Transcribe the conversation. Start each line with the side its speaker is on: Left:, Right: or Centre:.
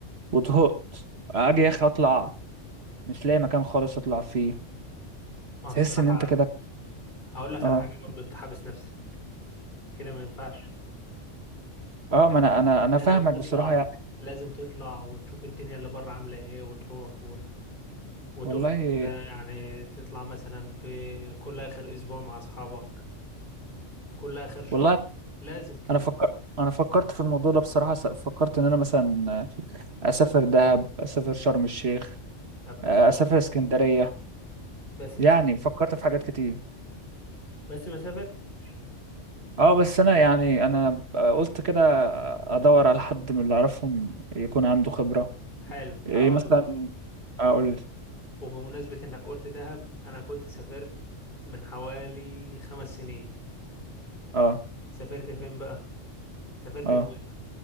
Right: وطهقت اجي يا اخي اطلع مش لاقي مكان خالص اطلع فيه
Left: ما هو
Right: تحس
Left: الصراحة
Right: ان انت كده
Left: هقول لك
Right: اه
Left: على حاجة برضو انت حابس نفسك كده ما ينفعش
Right: اه ما انا انا انا
Left: لازم
Right: فاهمك
Left: تطلع
Right: بصراحه يعني
Left: لازم تطلع وتشوف الدنيا اللي بره عاملة ايه وتروح و... وتخرج
Right: والله
Left: كده يعني تطلع مثلا في كل آخر أسبوع مع أصحابك كل آخر شهر
Right: والله
Left: لازم كده
Right: انا فكر انا فكرت في الموضوع ده بصراحه س- فكرت ان انا مثلا اسافر دهب اسافر شرم الشيخ
Left: طب
Right: آه، اسافر
Left: بس
Right: اسكندريه
Left: بس ما
Right: يعني
Left: سافرت
Right: فكرت في حاجات كتير
Left: بس ما سافرتش
Right: اه بس انا يعني انا قلت كده ادور على حد من اللي اعرفهم يكون عنده خبرة
Left: حلو
Right: ايه
Left: هقول
Right: مثلا
Left: لك.
Right: اقول
Left: وبمناسبة انك قلت دهب انا كنت سافرت من حوالي خمس سنين
Right: اه
Left: سافرت فين بقى؟ سافرت
Right: اه
Left: نويبع